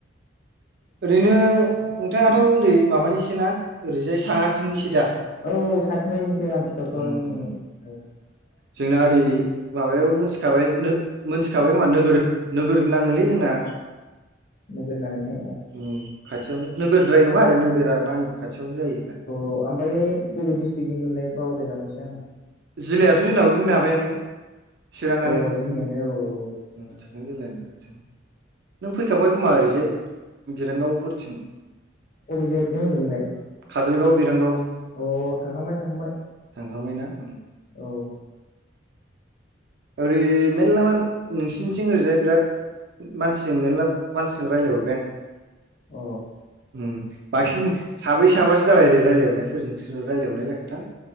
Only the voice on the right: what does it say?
ओरैनो
नोंथाङाथ' ओरै
माबानिसो ना
ओरैजाय साहाथिंनिसो
दा
उम उम
जोंना ओरै माबायाव मोनथ थिखाबाय नो मोनथिखाबाय खोमा नोगोर नोगोर होननाङोलै जोंना
उम खाथियावनो नोगोरद्राय नङा आरो नोगोरा नाङो खाथियावनो जायो जोंना
जिल्लायाथ' जोंनाबो बे माबायानो चिराङानो
उम चिरां
जिल्लानि खाथिनि फैखांबाय खोमा ओरैजाय बिरांगावफोरथिं
काजलगाव बिरांगाव
थांखांबायना उम
ओरै मेलला मान नोंसिनिथिं ओरैजाय बिराद मानसिजों मेरला मानसिजों रायलाय हरबाय आं
ओम बांसिन साब्रै साबासो जाबाय आरै रायलाय हरनाया सोरजों सोरजों रायलायहरनाय जाखोथाय